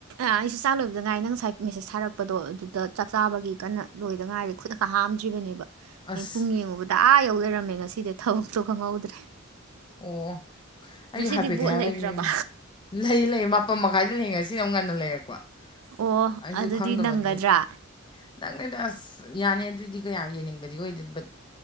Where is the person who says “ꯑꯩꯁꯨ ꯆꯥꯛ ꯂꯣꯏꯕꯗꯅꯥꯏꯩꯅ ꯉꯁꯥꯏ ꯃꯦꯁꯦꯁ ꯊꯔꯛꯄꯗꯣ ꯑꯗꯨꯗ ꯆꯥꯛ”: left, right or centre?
Right